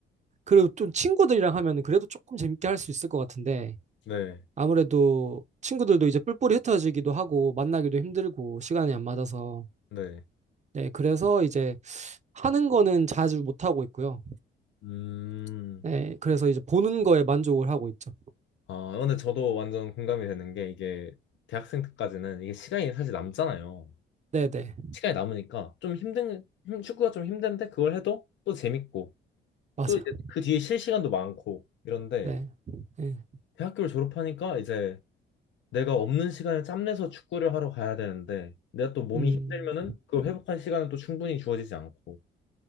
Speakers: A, on the right; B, on the left.
A: 그리고 좀 친구들이랑 하면 그래도 조금 재밌게 할 수 있을 것 같은데,
B: 네,
A: 아무래도 친구들도 이제 뿔뿔이 흩어지기도 하고, 만나기도 힘들고, 시간이 안 맞아서.
B: 네,
A: 네, 그래서 이제 하는 거는 자주 못 하고 있고요.
B: 음,
A: 네, 그래서 이제 보는 거에 만족을 하고 있죠.
B: 아, 근데 저도 완전 공감이 되는 게 이게 대학생 때까지는 이게 시간이 사실 남잖아요.
A: 네네,
B: 시간이 남으니까 좀 힘든, 힘- 축구가 좀 힘든데 그걸 해도 또 재밌고
A: 맞아요.
B: 또 이제 그 뒤에 쉴 시간도 많고 이런데
A: 네, 네,
B: 대학교를 졸업하니까 이제 내가 없는 시간을 짬내서 축구를 하러 가야 되는데 내가 또 몸이
A: 음,
B: 힘들면은 그걸 회복할 시간은 또 충분히 주어지지 않고